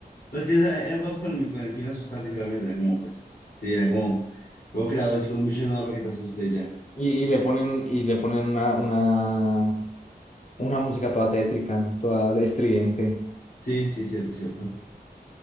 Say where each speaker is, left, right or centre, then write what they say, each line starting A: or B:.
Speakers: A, on the left; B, on the left.
A: Pero es que esa- eran juegos con el, con el fin de asustar, literalmente. Era como, pues, sí, era como, juego creado así con un bicho enorme que te asuste y ya.
B: Y, y le ponen, y le ponen una, una Una música toda tétrica, toda estridente.
A: Sí, sí, cierto, cierto.